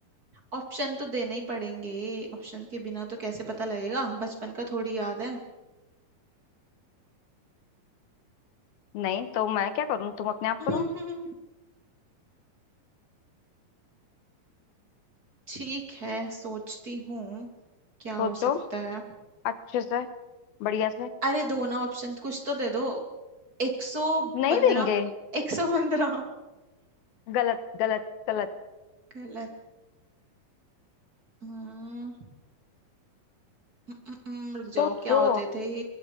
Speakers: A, on the right; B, on the left.
A: ऑप्शन तो देने ही पड़ेंगे ऑप्शन के बिना तो कैसे पता लगेगा बचपन का थोड़ी याद है
B: नहीं तो मैं क्या करूँ तुम अपने आप
A: <laughs>
B: करो
A: ठीक है सोचती हूँ क्या हो
B: सोचो
A: सकता है
B: अच्छे से बढ़िया से
A: अरे दो ना ऑप्शन कुछ तो दे दो एक सौ
B: नहीं
A: पंद्रह
B: देंगे
A: एक सौ पंद्रह <laughs>
B: गलत गलत गलत
A: गलत हम्म, हम्म, हम्म, रुक
B: सोचो
A: जाओ क्या होते थे